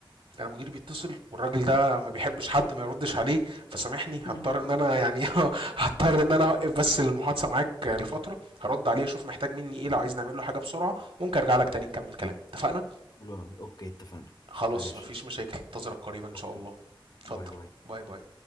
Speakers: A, on the right (about 80°); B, on the left (about 45°).
A: انا مديري بيتصل والراجل ده ما بيحبش حد ما يردش عليه فسامحني
B: <laughs>
A: هضطر ان
B: اوكي
A: انا يعني <laughs> هضطر ان انا اوقف بس المحادثه معاك لفتره هرد عليه اشوف محتاج مني ايه لو عايز نعمل له حاجه بسرعه وممكن ارجع لك تاني نكمل كلام اتفقنا
B: حلو أوي. اوكي اتفقنا
A: خلاص
B: ماشي
A: مفيش مشاكل انتظرك قريبا ان
B: اوكي
A: شاء الله اتفضل
B: باي باي
A: باي باي